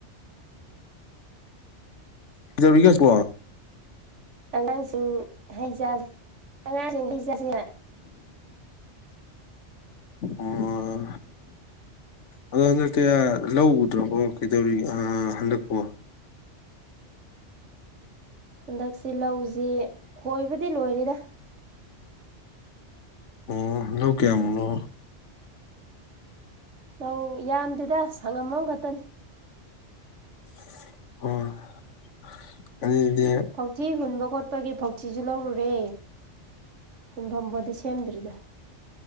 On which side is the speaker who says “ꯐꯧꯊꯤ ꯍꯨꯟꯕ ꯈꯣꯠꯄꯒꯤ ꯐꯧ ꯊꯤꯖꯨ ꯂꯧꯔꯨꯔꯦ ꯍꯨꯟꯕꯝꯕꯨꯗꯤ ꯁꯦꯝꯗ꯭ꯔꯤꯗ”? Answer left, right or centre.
Right